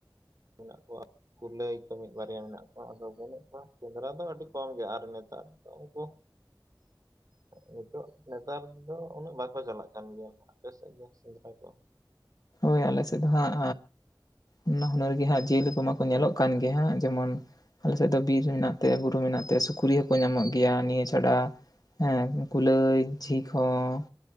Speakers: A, on the right; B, on the left.
A: ᱢᱮᱱᱟᱜ ᱠᱚᱣᱟ ᱠᱩᱞᱟᱹᱭ ᱠᱚ ᱢᱤᱫ ᱵᱟᱨᱭᱟ ᱢᱮᱱᱟᱜ ᱠᱚᱣᱟ ᱟᱫᱚ ᱵᱟᱹᱱᱩᱜ ᱠᱚᱣᱟ ᱥᱮᱸᱫᱽᱨᱟ ᱫᱚ ᱟᱹᱰᱤ ᱠᱚᱢ ᱜᱮᱭᱟ ᱟᱨ ᱱᱮᱛᱟᱨ ᱫᱚ ᱩᱱᱠᱩ᱾ ᱱᱤᱛᱚᱜ ᱱᱮᱛᱟᱨ ᱫᱚ ᱩᱱᱟᱹᱜ ᱵᱟᱠᱚ ᱪᱟᱞᱟᱜ ᱠᱟᱱ ᱜᱮᱭᱟ ᱠᱚ᱾ ᱟᱯᱮᱥᱮᱜ ᱫᱚ ᱥᱮᱸᱫᱽᱨᱟ ᱠᱚ
B: ᱦᱳᱭ ᱟᱞᱮ ᱥᱮᱫ ᱫᱚ ᱦᱟᱸᱜ ᱱᱟᱱᱟ ᱦᱩᱱᱟᱹᱨ ᱜᱮ ᱦᱟᱸᱜ ᱡᱤᱭᱟᱹᱞᱤ ᱠᱚᱢᱟ ᱠᱚ ᱧᱮᱞᱚᱜ ᱠᱟᱱ ᱜᱮ ᱦᱟᱸᱜ ᱡᱮᱢᱚᱱ ᱟᱞᱮ ᱥᱮᱫ ᱫᱚ ᱵᱤᱨ ᱢᱮᱱᱟᱜ ᱛᱮ, ᱵᱩᱨᱩ ᱢᱮᱱᱟᱜ ᱛᱮ ᱥᱩᱠᱨᱤ ᱦᱚᱸᱠᱚ ᱧᱟᱢᱚᱜ ᱜᱮᱭᱟ ᱱᱤᱭᱟᱹ ᱪᱷᱟᱰᱟ ᱦᱮᱸ ᱠᱩᱞᱟᱹᱭ, ᱡᱷᱤᱠ ᱦᱚᱸ